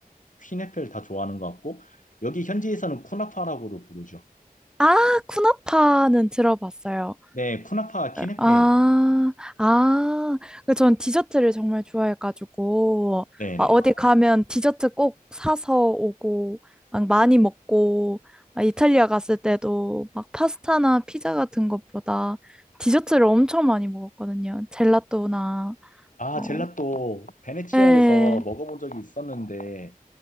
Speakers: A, on the left; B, in the centre.
A: 퀴네페를 다 좋아하는 것 같고 여기 현지에서는 쿠나파라고도 부르죠.
B: 아 쿠나파는 들어봤어요.
A: 네, 쿠나파 퀴네페예요.
B: 아, 아, 그 전 디저트를 정말 좋아해가지고,
A: 네네.
B: 막 어디 가면 디저트 꼭 사서 오고, 막 많이 먹고, 막 이탈리아 갔을 때도 막 파스타나 피자 같은 것보다 디저트를 엄청 많이 먹었거든요. 젤라또나,
A: 아,
B: 어,
A: 젤라또 베네치아에서
B: 네.
A: 먹어본 적이 있었는데